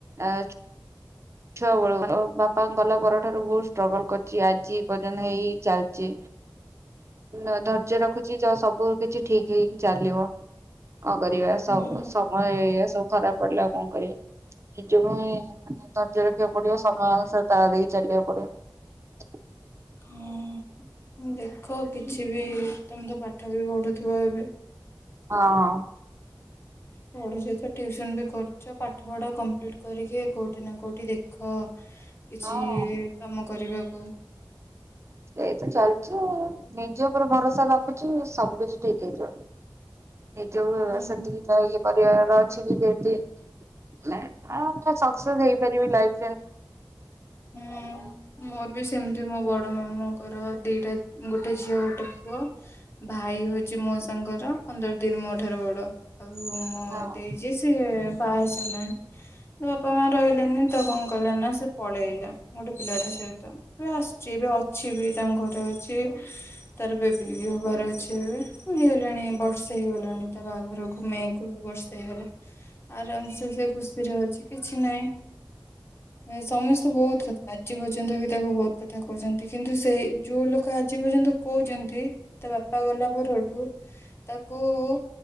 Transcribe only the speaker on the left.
ହୁଁ
ହଁ ଦେଖ କିଛି ବି ତମେ ତ ପାଠ ବି ପଢୁଥି କୁହ ଏବେ
ପଢୁଛ ତ, ଟିଉସନ ବି କରୁଛ, ପାଠ ପଢା କମ୍ପ୍ଲିଟ କରିକି କୋଉଠି ନା କୋଉଠି ଦେଖ କିଛି-ଇ-ଇ
କାମ କରିବାକୁ ଓ
ହୁଁ।
ହୁଁ। ମୋର ବି ସେମ୍ ମୋ ବଡ ମାମୁ ମୋର ଦିଇଟା, ଗୋଟେ ଝିଅ ଗୋଟେ ପୁଅ। ଭାଇ ହଉଛି ମୋ ସାଙ୍ଗର ପନ୍ଦର ଦିନ ମୋ ଠାରୁ ବଡ। ଆଉ ମୁଁ
ଦେଇଛି ସିଏ ବାହା ହେଇ ସାରିଲାଣି। ବାପା ମା ରହିଲେନି ତ କଣ କଲା ନା ସେ ପଳେଇଲା ଗୋଟେ ପିଲାଟା ସହିତ। ଏବେ ଆସିଛି ଏବେ ଅଛି ବି ତାଙ୍କ ଘରେ ଅଛି। ତାର ବେବି ହବାର ଅଛି ଏବେ। ହେଇଗଲାଣି ବର୍ଷେ ହେଇଗଲାଣି। ତା ବାହାଘର କୁ ମେ କୁ ବର୍ଷେ। ହେଇଗଲେ ଆରାମ ସେ ସେ ଖୁସିରେ ଅଛି କିଛି ନାହିଁ। ଏ ସମସ୍ତେ ବହୁତ <unintelligible> ଆଜି ପର୍ଯ୍ୟନ୍ତ ବି ତାକୁ ବହୁତ କଥା କହୁଛନ୍ତି। କିନ୍ତୁ ସେଇ ଯୋଉ ଲୋକ ଆଜି ପର୍ଯ୍ୟନ୍ତ କହୁଛନ୍ତି ତା ବାପା ଗଲା ପରଠୁ ତାକୁ-ଉ-ଉ